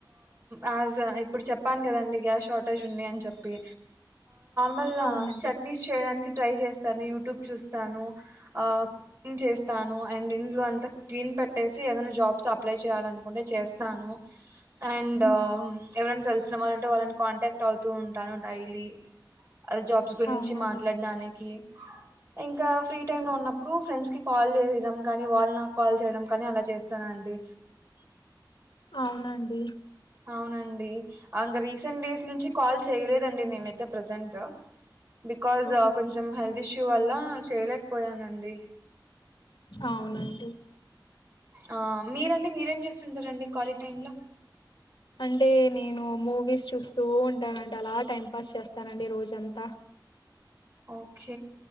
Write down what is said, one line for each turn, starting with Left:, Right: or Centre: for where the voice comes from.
Right: ఆ ఇప్పుడు చెప్పాను కదా అండి గ్యాస్ ఆటో ఉన్నాయని చెప్పి మల్ల
Left: అవునండి
Right: చట్నీస్ చేయడానికి ట్రై చేస్తాను యూట్యూబ్ చూస్తాను కుకింగ్ చేస్తాను అండ్ ఇంట్రెస్ట్ అంత క్లీన్ పెట్టేసి ఏదైనా జాబ్స్ అప్లై చేయాలనుకుంటే చేస్తాను. అండ్
Left: మ్మ్
Right: ఎవరని తెలిసిన వాళ్ళు ఉంటే వాళ్ళని కాంటాక్ట్ అవుతూ ఉంటాను డైలీ అది జాబ్స్ గురించి
Left: అవునండి
Right: మాట్లాడడానికి ఇంకా ఫ్రీ టై లో ఉన్నప్పుడు ఫ్రెండ్స్ కి కాల్ చేయడం కా నీ వాళ్లు నాకు కాల్ చేయడం కానీ అలా చేస్తానండి
Left: అవునండి
Right: అవునండి ఇంక రీసెంట్ డేస్ నుంచి కాల్ చేయలేదండి నేనైతే ప్రజెంట్ బికాస్
Left: ఆ
Right: కొంచెం హెల్దీ ఇస్ ఇ వల్ల చేయలేకపోయానండి
Left: అవునండి
Right: ఆ మీరండి మీరేం చేస్తు చూంటారండి కాలేజ్ టైమ్ ల
Left: అంటే నేను మూవీస్ చూస్తూ ఉంటానండి అలా టైం పాస్ చేస్తానండి రోజంతా
Right: ఓకే